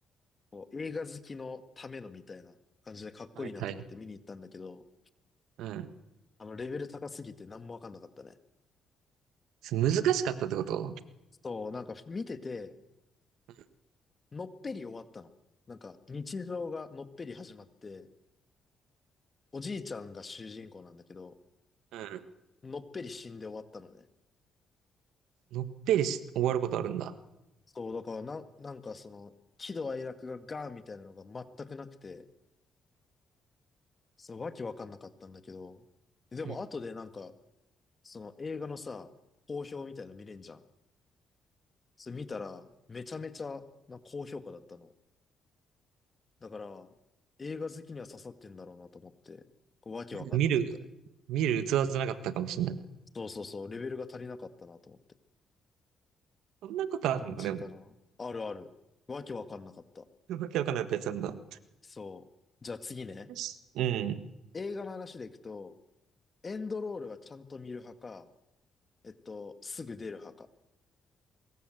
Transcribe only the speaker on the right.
はいはい。うん。
難しかったってこと
う
ん。うん
のっぺりし、終わることあるんだ。
うん。
見る、見る器じゃなかったかもしれない。
そんなことあるのでも。
わけわかんないやつなんだ。
よしうん。